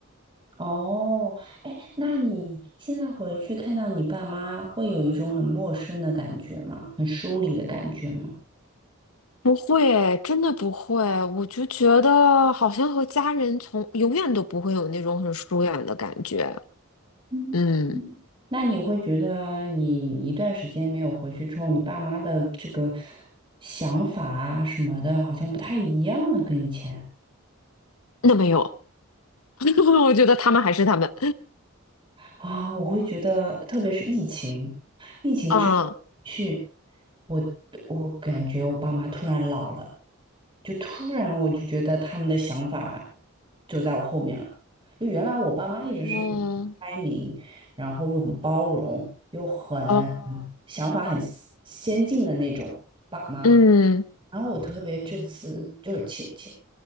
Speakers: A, on the right; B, on the left.
A: 哦，哎，那你现在回去看到你爸妈，会有一种很陌生的感觉吗？很疏离的感觉吗？
B: 不会，真的不会，我就觉得好像和家人从永远都不会有那种很疏远的感觉。
A: 嗯，
B: 嗯，
A: 那你会觉得你一段时间没有回去之后，你爸妈的这个想法啊什么的，好像不太一样了，跟以前。
B: 那没有，<laughs> 我觉得他们还是他们。
A: 啊，我会觉得，特别是疫情，疫情之后去，
B: 啊，
A: 我我感觉我爸妈突然老了，就突然我就觉得他们的想法就在我后面了。就原来我爸妈一直是那种很开明，
B: 嗯，
A: 然后又很包容，又很
B: 哦，
A: 想法很先先进的那种爸妈，
B: 嗯
A: 然后我特别这次就是前前，